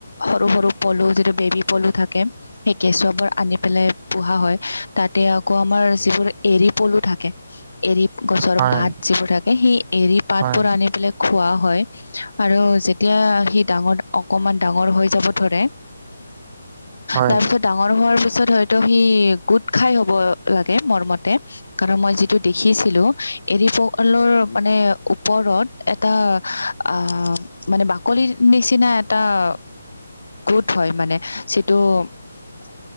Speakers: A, on the left; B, on the right.
A: সৰু সৰু পলু যিটো বেবি পলু থাকে সেই কেঁচুৱাবোৰ আনি পেলাই পোহা হয় তাতে আকৌ আমাৰ যিবোৰ এৰী পলু থাকে এৰী গছৰ
B: হয়
A: পাত যিবোৰ থাকে সেই এৰী পাতবোৰ
B: হয়
A: আনি পেলাই খোৱা হয় আৰু যেতিয়া সি ডাঙৰ অকমান ডাঙৰ হৈ যাব ধৰে
B: হয়
A: তাৰপিছত - ডাঙৰ হোৱাৰ পিছত হয়তো সি গোট খাই হ'ব লাগে মোৰমতে - কাৰণ মই যিটো দেখিছিলো এৰী পলুৰ মানে ওপৰত - এটা আহ মানে বাকলিৰ নিচিনা এটা - গোট হয় মানে চিটো -